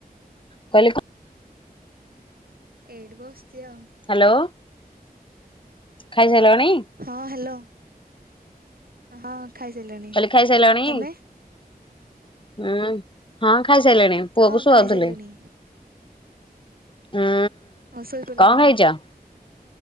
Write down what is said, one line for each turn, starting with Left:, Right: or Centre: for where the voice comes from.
Left: କହିଲି
Right: ଏଇଠି ବସିଛି ଆଉ।
Left: ହାଲୋ। ଖାଇସାଇଲଣି?
Right: ହଁ ହାଲୋ ହଁ ଖାଇସାରିଲିଣି
Left: କହିଲି ଖାଇସାରିଲଣି
Right: ତମେ?
Left: ହୁଁ ହଁ ଖାଇସାଇଲେଣି ପୁଅକୁ
Right: ହଁ
Left: ଶୁଆଉଥିଲି।
Right: ଖାଇସାରିଲିଣି।
Left: ହୁଁ
Right: ଆଉ ଶୋଇପଡିଲାଣି
Left: କଣ ଖାଇଚ?